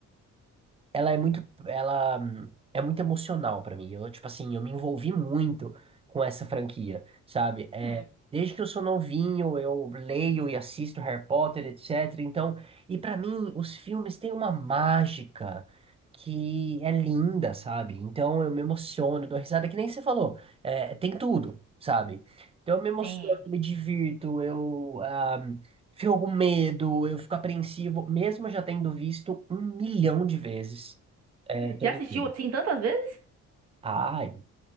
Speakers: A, on the right (about 20°); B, on the right (about 55°).
A: ela é muito, ela hum, é muito emocional pra mim. Eu, tipo assim, eu me envolvi muito com essa franquia, sabe? É,
B: Hum,
A: desde que eu sou novinho, eu leio e assisto Harry Potter, etc. Então, e pra mim, os filmes têm uma mágica que é linda, sabe? Então, eu me emociono, dou risada, que nem você falou. É, tem tudo, sabe? Então, eu me emociono,
B: sim.
A: me divirto, eu ah, fico com medo, eu fico apreensivo, mesmo já tendo visto um milhão de vezes. É, todo
B: Já assistiu
A: mundo.
B: assim tantas vezes?
A: Ai,